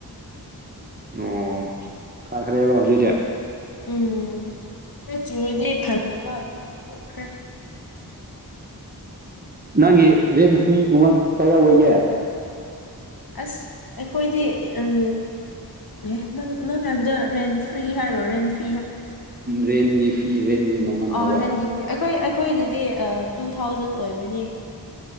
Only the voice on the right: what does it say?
ꯑꯣ ꯊꯥꯈ꯭ꯔꯦꯕ ꯍꯧꯖꯤꯛꯗꯤ
ꯅꯪꯒꯤ ꯔꯦꯠ ꯐ꯭ꯤꯒꯨꯝꯕ ꯀꯌꯥ ꯑꯣꯏꯒꯦ
ꯔꯦꯟꯒꯤ ꯐꯤ ꯔꯦꯟꯒꯤ ꯃꯃꯜ
ꯍꯥꯏꯕ